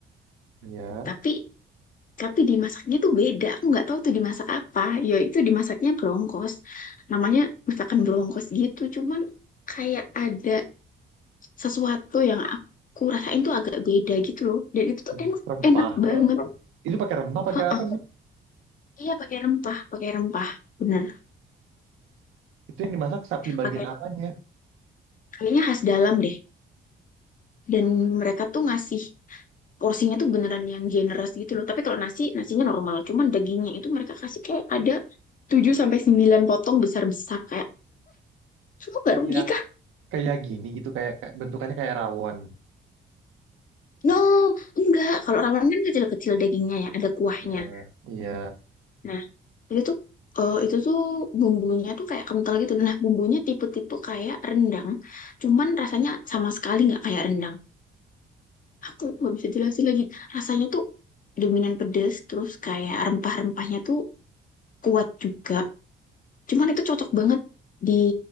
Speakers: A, on the right (about 85°); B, on the left (about 40°).
A: Iya,
B: Tapi tapi dimasaknya tuh beda. Aku nggak tahu tuh dimasak apa. Ya itu dimasaknya bronkos. Namanya masakan bronkos gitu. Cuman kayak ada sesuatu yang aku rasain tuh agak beda gitu loh. Dan itu tuh
A: rem-
B: enak
A: rempah.
B: enak banget.
A: Re- Itu pakai rempah,
B: Heeh.
A: pakai apa sih?
B: Iya pakai rempah, pakai rempah. Bener.
A: Itu yang dimasak sapi bagian
B: Pakai
A: apanya?
B: kayaknya khas dalam deh. Dan mereka tuh ngasih porsinya tuh beneran yang generous gitu loh. Tapi kalau nasi, nasinya normal. Cuman dagingnya itu mereka kasih kayak ada 7 sampai 9 potong besar-besar kayak itu nggak
A: Kayak
B: rugi kah?
A: kayak gini gitu, kayak kayak- bentukannya kayak rawon.
B: No, enggak. Kalau ramen kan kecil-kecil dagingnya ya, ada kuahnya.
A: Iya, iya.
B: Nah, itu tuh eh, itu tuh bumbunya tuh kayak kental gitu. Nah, bumbunya tipe-tipe kayak rendang, cuman rasanya sama sekali nggak kayak rendang. Aku nggak bisa jelasin lagi. Rasanya tuh dominan pedes, terus kayak rempah-rempahnya tuh kuat juga. Cuman itu cocok banget di